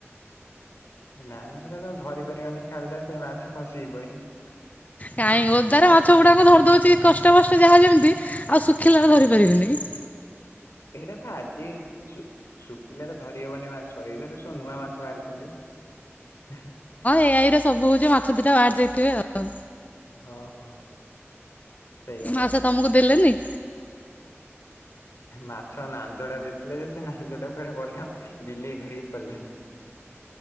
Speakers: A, on the left; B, on the left.
A: ନା ନା ସେଟା ତମେ ଧରି ପାରିବନି ଖାଲିଟାରେ ସେ ମାଛ ଖସିକି ପଳେଇବେ।
B: କାଇଁ ଓଦାରେ ମାଛ ଗୁଡ଼ାକୁ ଧରି ଦଉଛି କଷ୍ଟେ ମଷ୍ଟେ ଯାହା ଯେମିତି ଆଉ ଶୁଖିଲାରେ ଧରି ପାରିବିନି?
A: ଏଇଟା ପା ଆଜି ଶୁ ଶୁଖିଲାରେ ଧରିହବନି ମାଛ ଏଇଥର ସବୁ ନୂଆ ମାଛ ବାହାରିଛନ୍ତି ପା। ଆହ୍ନା।
B: ଏ ଆଇ ରେ ସବୁ ହଉଛି ମାଛ ଦିଟା ବାହାରି ଯାଇଥିବେ ଆଉ।
A: ହଁ ହଁ। ସେଇଆ
B: ମାଛ
A: ନୁହେଁ ଆଉ
B: ତମକୁ
A: କଣ
B: ଦେଲେନି?
A: ମାଛ ଲାଞ୍ଜ ଟା ଦେଇଥିଲେ ଯେ ସେ ଲାଞ୍ଜ ଟାକୁ କୁଆଡେ ଗଲା ବିଲେଇ ଧରିକି ପଳେଇଲାଣି।